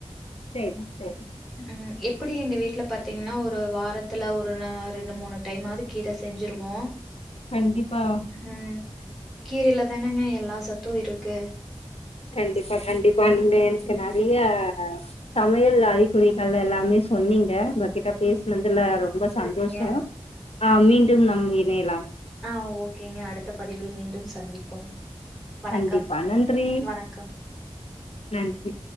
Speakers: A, on the left; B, in the centre.
A: சேரி சேரி
B: ம் எப்டி எங்க வீட்ல பாத்தீங்கன்னா ஒரு வாரத்துல ஒரு அ ரெண்டு மூணு டைம் ஆது கீர செஞ்சிருவோ
A: கண்டிப்பா
B: ம் கீரையில தானங்க எல்லா சத்தும் இருக்கு
A: கண்டிப்பா கண்டிப்பா இங்க எனக்கு
B: ம்
A: நெறைய சமையல் அறிகுறிகள் எல்லாமே சொன்னீங்க உங்ககிட்ட பேசுனதுல ரொ ம்ப
B: சரிங்க
A: சந்தோஷோ ஆ மீண்டும் நம் இணையலாம்
B: ஆ ஓகேங்க அடுத்த பதிவில் மீண்டும் சந்திப்போம் வணக்கம்,
A: கண்டிப்பா நன்றி
B: வணக்கம்.
A: நன்றி